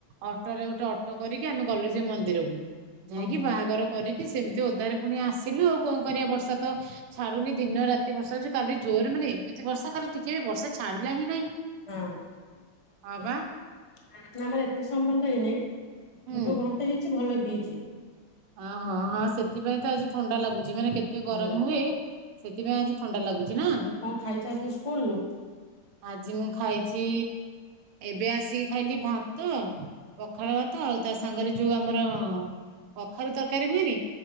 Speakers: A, on the right (about 80°); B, on the left (about 35°).
A: ଅଟୋରେ ଗୋଟେ ଅଟୋ କରିକି ଆମେ ଗଲୁ ସେଇ ମନ୍ଦିରକୁ ଯାଇକି
B: ହଁ ହଁ
A: ବାହାଘର କରିକି ସେମିତି ଓଦାରେ ପୁଣି ଆସିଲୁ ଆଉ କଣ କରିବା ବର୍ଷା ତ ଛାଡୁନି ଦିନ ରାତି ବର୍ଷା ହଉଚି କାଲି ଜୋରେ ମାନେ ଏମିତି ବର୍ଷା କାଲି ଟିକେ ବି ବର୍ଷା ଛାଡିଲା ହିଁ ନାହିଁ।
B: ହଁ ନାଁ
A: ହଁ ବା।
B: ଆମର ଏତେ ସମୟ ହେଇନେଇ।
A: ହୁଁ
B: ଯୋଉ ଘଣ୍ଟେ ହେଇଚି ଭଲ କି ହେଇଚି।
A: ଅ ହଁ ହଁ ସେଥିପାଇଁ ତ ଆଜି ଥଣ୍ଡା ଲାଗୁଚି ମାନେ କେତେ ଗରମ
B: ହୁଁ
A: ହୁଏ ସେତିପାଇଁ ଆଜି ଥଣ୍ଡା ଲାଗୁଚି ନା?
B: ଏ କଣ ଖାଇଛ ଆଜି ସ୍କୁଲରୁ
A: ଆଜି ମୁଁ ଖାଇଚି ଏବେ ଆସିକି ଖାଇଲି ଭାତ ପଖାଳ ଭାତ ଆଉ ତା ସାଙ୍ଗରେ ଯୋଉ ଆମର କଖାରୁ ତରକାରୀ ହୁଏନି